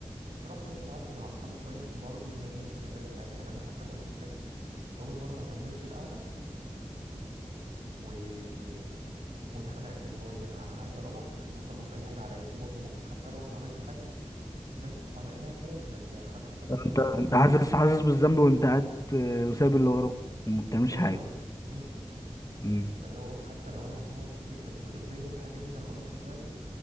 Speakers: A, on the right; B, on the left.
A: رحت يا اسطى قعدت مع اصحابي شوية برضه دماغي مش سايباني في حالي يعني انا حتى كنت اول مره ما كملش القعده و واتخنقت اللي هو ايه انا انا عايز اروح علشان اخلص اي حاجه عليا مو- ده ممكن حتى اروح ما اعملش حاجه بس انا قاعد كده مش مرتاح حتى اصحابي خدوا
B: انت انت
A: بالهم
B: حاسس حاسس بالذنب وانت قاعد آه، وسايب اللي وراك وما بتعملش
A: بالظبط
B: حاجه
A: اه مم.
B: مم.
A: فاللي هو اقول حتى لو انا هقعد في البيت بس قدامي الحاجه دي ان اخلصها دلوقتي